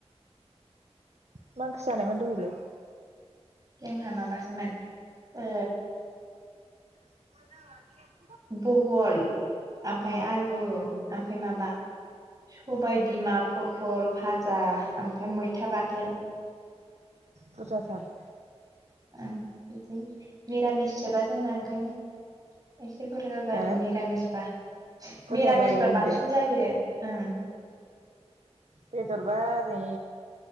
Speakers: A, on the right; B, on the right.
A: मां ओंख्रि जानायमोन दहलै?
B: जोंहा माबासोमोन ओ
A: <unintelligible>
B: बहल ओमफ्राय
A: ओ
B: आलु ओमफ्राय माबा सबाइ बिमा पथल भाजा ओमफ्राय मैथा बाथोन
A: बुरजा थार।
B: ओं बिदिनो मिरामिससोबा जोंना ओंखायनो एसे बुरजा जायो
A: हो
B: मिरामिसबा।
A: बुरजा
B: मिरामिस
A: जायो
B: बा
A: होनदो
B: बांसिन जायो उम।
A: बेदर बारै